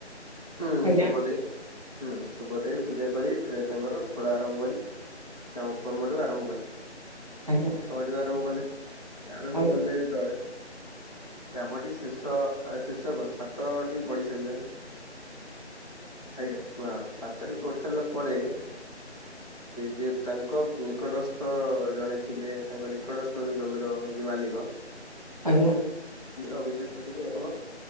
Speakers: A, on the left (about 35°); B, on the right (about 30°).
A: ହୁଁ
B: ଆଜ୍ଞା
A: ସପଦେ
B: ଆଜ୍ଞା
A: ହୁଁ ଶୁଭ ଦେଇ, ପୂଜା କରି ତାଙ୍କର ଘୋଳା ଆରମ୍ଭ କରି କର୍ମ ଟାକୁ ଆରମ୍ଭ କଲେ
B: ଆଜ୍ଞା
A: କାମ ଟାକୁ ଆରମ୍ଭ କଲେ। ଆରମ୍ଭ
B: ଆଜ୍ଞା।
A: କଲେ ତଳେ କାମ ଟିକେ ଶେଷ ଶେଷ କ ଛାତ ଟିକେ ପଢି ସାରିଲାଣି। ଆଜ୍ଞା ବା। ଛାତରେ ପଢି ସାରିଲା ପରେ ଯେ ତାଙ୍କ ନିକଟସ୍ଥ ଜଣେ ଥିଲେ ତାଙ୍କ ନିକଟସ୍ଥ ଯୋଉ ଜମିର ଯିଏ ମାଲିକ
B: ଆଜ୍ଞା।
A: ଅଭିଯୋଗ କଲେକି ଆପଣ